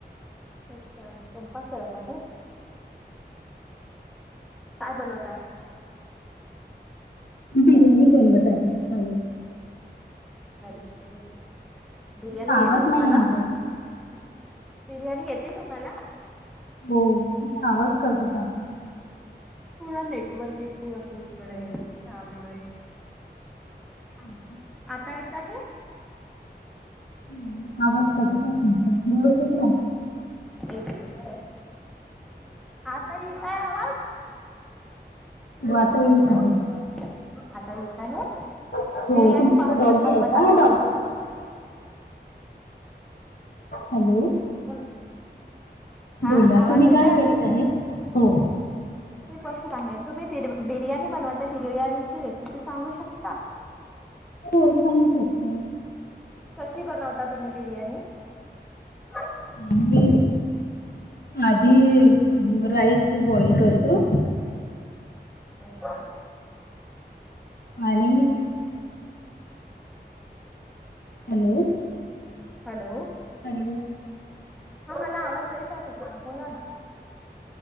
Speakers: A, in the centre; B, on the left.
A: अच्छा स्वयंपाक करत आहेत काय बनवतात?
B: बिर्याणी बनवत आहे आम्ही.
A: अचा बिर्याणी
B: तुमचा
A: येते
B: आवाज
A: तुम्हाला?
B: नाही येऊन राहिला.
A: बिर्याणी येते तुम्हाला?
B: हो आवाज करत त्यांनी
A: थोडा नेटवर्क इशू आहे इकडे त्यामुळे ह.
B: <inaudible>
A: आता येत आहे?
B: नाही आवाज कटतयव <inaudible>
A: एक मिनट आहे आता येतय आवाज.
B: हो आता
A: हॅलो
B: येत आहे.
A: आता येत आहे?
B: हो
A: बिर्याणी
B: तुमच्या
A: ब
B: इथं डॉगी
A: बनवत
B: आहे
A: आहात
B: डॉग
A: का म्हटलं?
B: हॅलो
A: बोला हा
B: बोला
A: आवाज
B: तुम्ही
A: येत
B: काय करत आहे? हो.
A: हे बसून आहे तुम्ही बिर बिर्याणी बनवता बिर्याणीची रेसिपी सांगू शकता?
B: हो सांगू शकते.
A: कशी बनवता तुम्ही बिर्याणी? <inaudible>
B: आम्ही आधी राईस बॉईल करतो
A: अच्छा.
B: आणि हॅलो.
A: हॅलो.
B: हॅलो.
A: हा मला आवाज येत आहे तुमचा बोला ना.